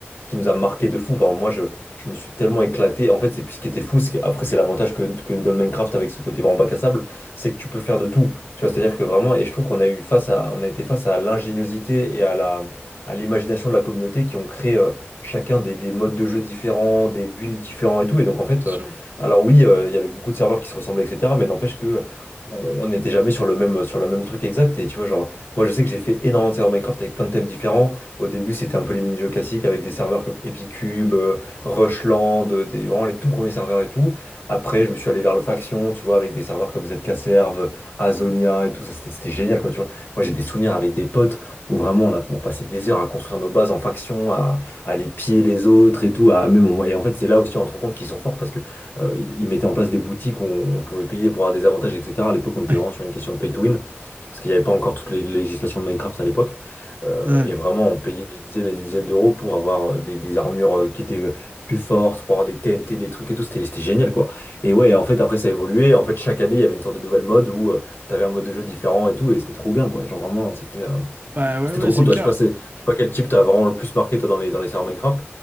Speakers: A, on the left; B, on the right.
A: qui nous a marqué de fou. Enfin, moi, je, je me suis tellement éclaté. En fait, c'est ce qui était fou. c'est que- Après, c'est l'avantage que, que nous donne Minecraft avec ce côté vraiment bac à sable, c'est que tu peux faire de tout. Tu vois, c'est-à-dire que vraiment, et je trouve qu'on a eu face à, on a été face à l'ingéniosité et à la, à l'imagination de la communauté qui ont créé euh, chacun des, des modes de jeu différents, des builds différents et tout. Et donc, en fait,
B: Bien
A: euh,
B: sûr.
A: alors oui, euh, il y avait beaucoup de serveurs qui se ressemblaient, etc. Mais n'empêche que on on n'était jamais sur le même, sur le même truc exact. Et tu vois, genre, moi, je sais que j'ai fait énormément de serveurs Minecraft avec plein de thèmes différents. Au début, c'était un peu les mini-jeux classiques avec des serveurs comme Epicube, euh, Rushland, euh, des, vraiment les tout premiers serveurs et tout. Après, je me suis allé vers le faction, tu vois, avec des serveurs comme ZK Serve, Azonia et tout. Ça, c'était c'était génial, quoi, tu vois. Moi, j'ai des souvenirs avec des potes où vraiment on, a, on passait des heures à construire nos bases en faction, à, à les piller les autres et tout. À, même, on- et en fait, c'est là aussi on se rend compte qu'ils sont forts parce que euh, ils ils mettaient en place des boutiques où on pouvait payer pour avoir des avantages, etc. À l'époque, on était
B: Ouais.
A: vraiment sur une question de pay to win, parce qu'il n'y avait pas encore toutes les législations de Minecraft à l'époque. Euh,
B: Ouais.
A: et vraiment, on payait des dizaines et des dizaines d'euros pour avoir euh, des, des armures euh, qui étaient euh, plus fortes, pour avoir des TNT, des trucs et tout. C'était c'était génial, quoi. Et ouais, en fait, après, ça a évolué. En fait, chaque année, il y avait une sorte de nouvelle mode où euh, t'avais un mode de jeu différent et tout. Et c'était trop bien, quoi. Genre, vraiment, c'était euh,
B: Bah ouais,
A: c'était
B: ouais,
A: trop cool.
B: c'est
A: Toi,
B: clair.
A: je sais pas, c'est- je sais pas quel type t'as vraiment le plus marqué, toi, dans les, dans les serveurs Minecraft.